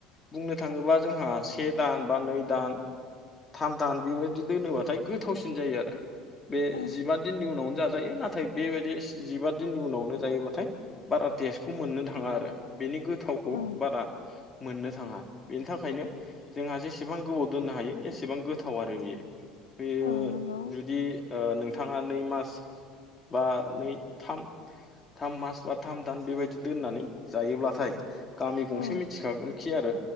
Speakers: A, on the left (about 25°); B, on the left (about 75°).
A: बुंनो थाङोबा जोंहा से दान बा नै दान थाम दान बेबायदि दोनोब्लाथाय गोथावसिन जायो आरो। बे
B: औ
A: जिबा दिननि उनावनो जाजायो ना थाय बेबायदि सि-जिबा दिननि उनावनो जायोबाथाय बारा टेस्टखौ मोननो थाङा आरो बेनि गो थावखौ
B: औ
A: बारा मोननो थाङा बेनि थाख खायनो जोंहा जेसेबां गोबाव दोननो हायो एसेबां गोथाव आरो बेयो। बेयो
B: औ नंगौ
A: जुदि ओ नोंथाङा नै मास बा नै थाम थाम मास बा थाम दान बेबायदि दोननानै जायोब्लाथाय गामि गंसे
B: औ
A: मिथिखागोनखि आरो